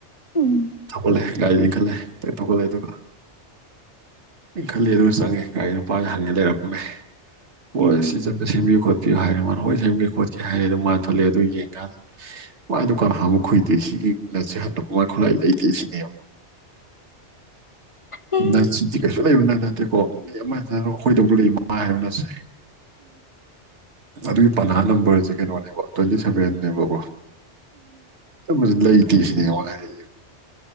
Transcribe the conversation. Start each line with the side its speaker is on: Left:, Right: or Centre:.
Left: ꯎꯝ
Right: ꯊꯧꯒꯠꯂꯦ ꯒꯥꯔꯤꯗꯨ ꯏꯟ ꯈꯜꯂꯦ ꯈꯤꯇꯪ ꯊꯧꯒꯠꯂꯦ ꯑꯗꯨꯒ ꯏꯟꯈꯠꯂꯦ ꯑꯗꯨꯒ ꯆꯪꯉꯦ ꯒꯥꯔꯤ ꯅꯨꯄꯥꯗ ꯍꯪꯉꯦ ꯂꯩꯔꯝꯃꯦ ꯕ꯭ꯔꯣ
Left: ꯎꯝ ꯎꯝ ꯎꯝ
Right: ꯑꯁꯤꯁꯤ ꯑꯝꯇ ꯁꯦꯝꯕꯤꯌꯨ ꯈꯣꯠ ꯄꯤꯌꯨ ꯍꯥꯏꯔꯦ ꯃꯥꯅ ꯍꯣꯏ ꯌꯦꯡꯒꯦ ꯈꯣꯠꯀꯦ ꯍꯥꯏꯔꯦ ꯑꯗꯨ ꯃꯥ ꯊꯣꯛꯂꯛꯑꯦ ꯑꯗꯨ ꯌꯦꯡꯀꯥꯟꯗ ꯃꯥ ꯗꯨꯀꯥꯟ ꯍꯥꯡꯕ ꯀꯨꯏꯗꯦ ꯁꯤ <unintelligible> ꯍꯟꯗꯣꯛ ꯃꯥ ꯈꯨꯠꯂꯥꯏ ꯂꯩꯇꯦꯁꯤꯅꯦ
Left: ꯑꯥ ꯑꯥ
Right: ꯅꯠꯁꯤꯗꯤ ꯀꯩꯁꯨ ꯂꯩꯕꯅ ꯅꯠ ꯅꯠꯇꯦꯀꯣ ꯃꯤ ꯑꯃꯗ ꯑꯩꯈꯣꯏꯗꯧꯕ ꯂꯩ ꯃꯥ ꯍꯥꯏꯕ ꯅꯠꯁꯦ ꯑꯗꯨꯏ ꯄꯥꯅꯥ ꯅꯝꯕꯔꯁꯦ ꯀꯩꯅꯣꯅꯦꯕ ꯇ꯭ꯋꯦꯟꯇꯤ ꯁꯚꯦꯟ ꯅꯦꯕꯀꯣ <unintelligible> ꯂꯩꯇꯦ ꯁꯤꯅꯦ ꯃꯅꯥ ꯍꯥꯏꯁꯤ